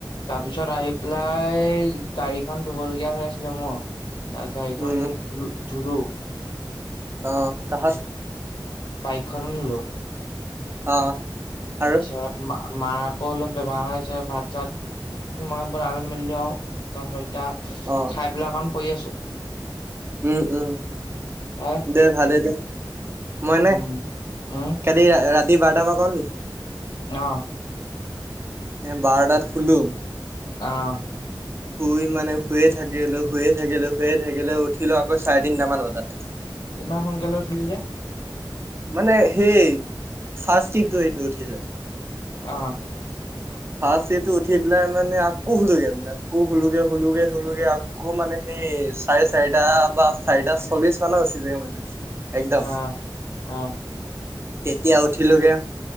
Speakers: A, on the left; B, on the right.
A: তাৰপিছত আহি পেলাই গাড়ীখন ধুব লগীয়া হৈ আছিলে মোৰ ত গাড়ীখন
B: উম
A: ধোলো
B: অ', তাহাত
A: বাইকখনো ধোলো
B: অ',। আৰু?
A: তাৰপিছত মাৰ আকৌ অলপ বেমাৰ হৈ আছে ভাত চাত মই বনালো মেলিলো আৰু তাৰ <unintelligible>
B: অ
A: খাই পেলাই অকন পৰি আছো
B: উম উম
A: তই
B: দে ভালে দে মইনে
A: উম উম
B: কালি ৰাতি বাৰটাৰ পৰা কওঁ নিক
A: অ',।
B: এ বাৰটাত শুলো
A: অ',।
B: শুই মানে শুয়ে থাকিলো শুয়ে থাকিলো শুয়ে থাকিলে উঠিলো আকৌ চাৰে তিনিটামান বজাত
A: ইমান সোনকালে উঠিলি যে
B: মানে সেই ফাৰ্ষ্ট টিপটো <unintelligible> উঠিছে
A: অ
B: হাঁ চিটো উঠি পেলাই মানে আকৌ শুলোগে মানে আকো শুলোগে শুলোগে শুলোগে আ কো মানে সেই চাৰে চাৰিটা বা চাৰিটা চল্লিশ মানত উঠিব মানে একদম
A: অ অ
B: তেতিয়া উঠিলোগে